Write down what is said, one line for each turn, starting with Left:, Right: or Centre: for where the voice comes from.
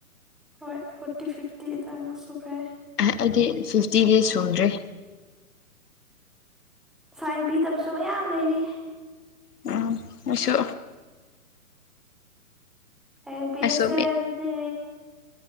Centre: ꯍꯣꯏ ꯐꯣꯔꯇꯤ ꯐꯤꯐꯇꯤ ꯑꯗꯨꯋꯥꯏ ꯃꯨꯛ ꯁꯨꯈ꯭ꯔꯦ
Left: ꯑꯩꯗꯤ ꯐꯤꯐꯇꯤꯗꯤ ꯁꯨꯗ꯭ꯔꯦ
Centre: ꯁꯥꯏꯟ ꯄꯤꯗꯕꯁꯨ ꯃꯌꯥꯝ ꯂꯩꯔꯤ
Left: ꯎꯝ ꯑꯩꯁꯨ
Centre: ꯍꯥꯌꯦꯡ ꯄꯤꯔꯁꯦ
Left: ꯑꯩꯁꯨ
Centre: ꯑꯗꯨꯗꯤ